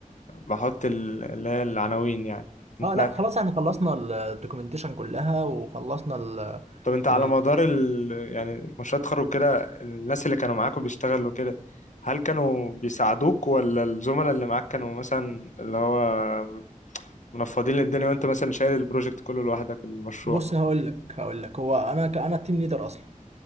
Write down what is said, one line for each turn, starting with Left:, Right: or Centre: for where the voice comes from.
Left: بحط ال- اللي هي العناوين يعني انت
Right: اه لا خلاص احنا خلصنا الدوكيومنتيشن كلها وخلصنا ال
Left: طب انت على
Right: ال
Left: مدار ال... يعني مشروع التخرج كده الناس اللي كانوا معاك وبيشتغلوا كده هل كانوا بيساعدوك ولا الزملاء اللي معاك كانوا مثلا اللي هو منفضين الدنيا وانت مثلا شايل البروجكت كله لوحدك المشروع
Right: بص هقول لك هقول لك هو انا ك- انا التيم ليدر اصلا